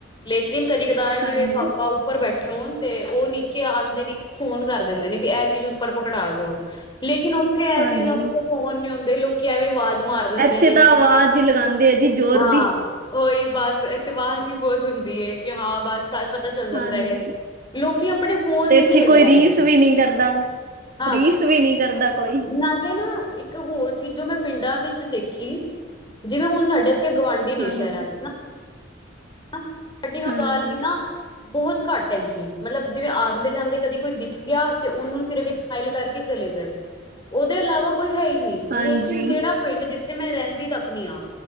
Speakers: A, on the left; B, on the right.
A: ਲੇਕੀਨ ਕਦੀ-ਕਦਾਰ ਜਿਵੇਂ
B: ਹਾਂਜੀ,
A: ਪਾਪਾ ਉੱਪਰ ਬੈਠੇ ਹੋਣ, ਤੇ ਉਹ ਨੀਚੇ ਆਂਦੇ ਨੀ ਫੋਨ ਕਰ ਦਿੰਦੇ ਨੇ, ਵੀ ਐ ਚੀਜ਼ ਉੱਪਰ ਪਕੜਾ ਜਾਓ, ਲੇਕਿਨ ਉੱਥੇ ਐ
B: ਹਾਂਜੀ।
A: ਚੀਜ਼ਾਂ ਫੋਨ ਨੀ ਹੁੰਦੇ, ਲੋਕੀ ਐਵੇਂ ਆਵਾਜ਼ ਮਾਰ ਦਿੰਦੇ
B: ਇੱਥੇ
A: ਨੇ,
B: ਤਾਂ ਆਵਾਜ਼ ਹੀ ਲਗਾਉਂਦੇ ਆ ਜੀ ਜ਼ੋਰ
A: ਹਾਂ।
B: ਦੀ,
A: ਉਹੀ ਬਸ ਇੱਥੇ ਆਵਾਜ਼ ਹੀ ਬਹੁਤ ਹੁੰਦੀ ਏ, ਕਿ ਹਾਂ ਬਸ ਪਤਾ ਚੱਲ ਜਾਂਦਾ
B: ਹਾਂਜੀ।
A: ਹੈਗਾ, ਲੋਕੀ ਆਪਣੇ ਫੋਨ'ਚ
B: ਤੇ ਇੱਥੇ
A: ਨਹੀਂ ਵੱਡ
B: ਕੋਈ
A: ਕਰ
B: ਰੀਸ
A: ਆਂਦੇ।
B: ਵੀ ਨਹੀਂ ਕਰਦਾ
A: ਹਾਂ,
B: ਰੀਸ ਵੀ ਨਹੀਂ ਕਰਦਾ ਕੋਈ
A: ਨਾਲੇ ਨਾ ਇੱਕ ਇੱਕ ਹੋਰ ਚੀਜ਼ ਜੋ ਮੈਂ ਪਿੰਡਾਂ ਵਿੱਚ ਦੇਖੀ, ਜਿਵੇਂ ਹੁਣ ਸਾਡੇ ਇੱਥੇ ਗਵਾੰਢੀ ਨੇ
B: ਹਾਂਜੀ
A: ਸ਼ਹਿਰਾਂ'ਚ ਨਾ ਸਾਡੀ
B: ਹਾਂਜੀ
A: ਚਾਲ ਵੀ ਨਾ ਬਹੁਤ ਘੱਟ ਹੈਗੀ ਏ, ਮਤਲਬ ਜਿਵੇਂ ਆਂਦੇ-ਜਾਂਦੇ ਕਦੀ ਕੋਈ ਦਿ ਗਿਆ, ਤੇ ਉਹਨੂੰ ਸਿਰਫ ਇੱਕ ਸਮਾਈਲ ਕਰਕੇ ਚਲੇ ਗਏ, ਉਹਦੇ ਇਲਾਵਾ ਕੋਈ ਹੈਹੀ ਨਹੀਂ।
B: ਹਾਂਜੀ
A: ਲੇਕਿਨ ਜਿਹੜਾ ਪਿੰਡ, ਜਿੱਥੇ ਮੈਂ ਰਹਿੰਦੀ ਤੱਕ ਨੀ ਆ,